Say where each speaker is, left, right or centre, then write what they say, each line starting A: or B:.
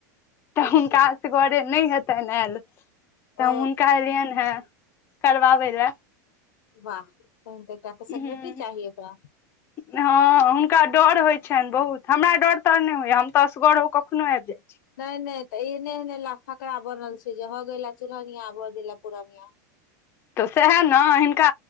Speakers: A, on the left; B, on the left.
A: तऽ
B: ठीक
A: हुनका
B: छै
A: असगरे नहि हेतनि आयल तऽ
B: ओ
A: हम हुनका एलियनि हे करवावे ले।
B: वाह तहन तऽ एकटा
A: ह
B: सेक्रेटरी चाही ओकरा।
A: हँ हुनका डर होइ छनि बहुत हमरा डर तरऽ नहि होइ या। असगरौ कखनो एब जाइ छी।
B: नहि नहि तऽ एहने एहने ला फकराा बनल छै जे ह ग ला चूरनिया भऽ गेलेला पूरणिया।
A: तऽ सएह ने हिनका